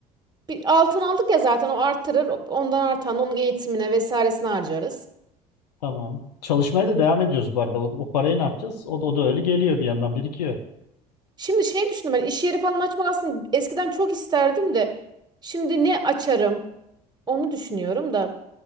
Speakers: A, on the right; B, on the left.
A: Bir altın aldık ya zaten o artırır. Ondan artan onun eğitimine vesairesine harcarız.
B: Tamam. Çalışmaya da devam ediyoruz bu arada. O, o parayı ne yapacağız? O, da- o da öyle geliyor bir yandan birikiyor.
A: Şimdi şey düşündüm ben iş yeri falan açmak aslında eskiden çok isterdim de şimdi ne açarım onu düşünüyorum da